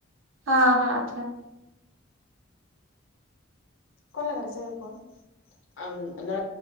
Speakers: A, on the right; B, on the left.
A: हा हा, ठेव.
B: कोणाकडचं आहे फोन?